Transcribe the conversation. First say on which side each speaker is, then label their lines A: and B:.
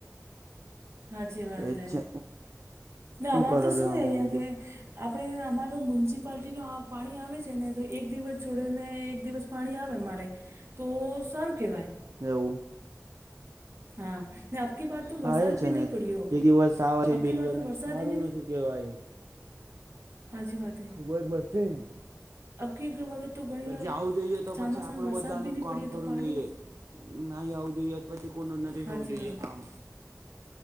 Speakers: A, on the right; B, on the right.
A: સાાચી વાત
B: એજ છે
A: અમાર
B: કરો
A: તો
B: છો
A: શું
B: તમે
A: અહં
B: બીજું
A: કે આપણે અમારો મ્યુનિસિપાલટી ન પાણી આવે છે ને તો એક દિવસ જોડે ને એક દિવસ પાણી આવે અરે તો સારું કહેવાય
B: એવું
A: હા મે અ આપકી બત તો
B: હા
A: વરસાદ
B: એ છે
A: બી
B: ને
A: નહીં પડ્યો
B: એકિવવા
A: અબકી
B: બે દ
A: બાર તો વરસાદ
B: સારું
A: નહીં
B: નથી કેવાય
A: હાજી વાજ
B: વોત વળત ક કેી
A: અબકી વખત તો ઘણી વાર
B: પછી આવું જોઈએ તો
A: ચોમાસામાં
B: પછી આપડું
A: વરસાદ
B: બધા
A: બી
B: ન
A: નહીં
B: કામ
A: પડ્યો
B: કરવું
A: તો પાણી
B: જોઈએ નાહી આવું જોઈએ પછી કોનું નથી
A: હાચી
B: થવું જોઈએ
A: વાત
B: કામ